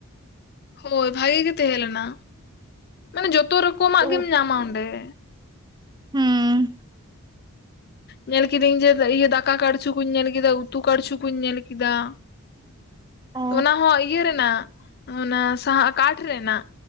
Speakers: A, on the left; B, on the right.
A: ᱦᱳᱭ ᱵᱷᱟᱜᱤ ᱜᱮ ᱛᱟᱦᱮᱸ ᱞᱮᱱᱟ ᱢᱟᱱᱮ ᱡᱚᱛᱚ ᱨᱚᱠᱚᱢᱟᱜ
B: ᱳ
A: ᱜᱮᱢ ᱧᱟᱢᱟ ᱚᱸᱰᱮ ᱾
B: ᱦᱩᱸ᱾
A: ᱧᱮᱞ ᱠᱤᱫᱟᱹᱧ ᱡᱮ ᱤᱭᱟᱹ ᱫᱟᱠᱟ ᱠᱟᱹᱲᱪᱩ ᱠᱩᱧ ᱧᱮᱞ ᱠᱮᱫᱟ ᱩᱛᱩ ᱠᱟᱹᱲᱪᱩ ᱠᱩᱧ ᱧᱮᱞ ᱠᱮᱫᱟ ᱾
B: <inaudible> ᱚ
A: ᱚᱱᱟ ᱦᱚᱸ ᱤᱭᱟᱹ ᱨᱮᱱᱟᱜ ᱚᱱᱟ ᱥᱟᱦᱟ ᱠᱟᱴᱷ ᱨᱮᱱᱟᱜ